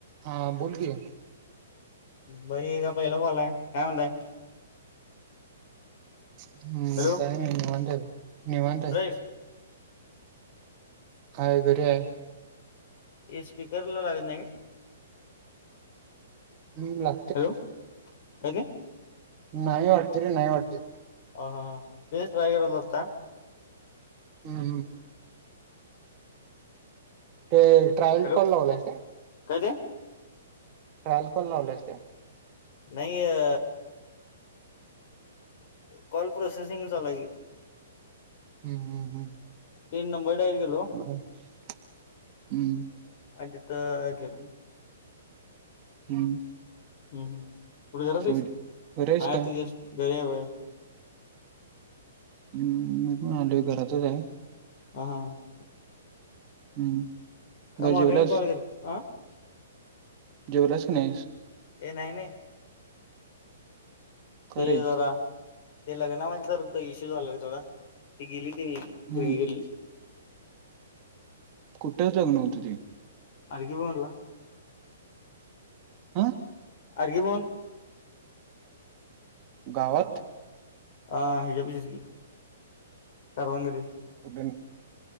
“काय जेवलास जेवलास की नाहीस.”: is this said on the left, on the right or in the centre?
Right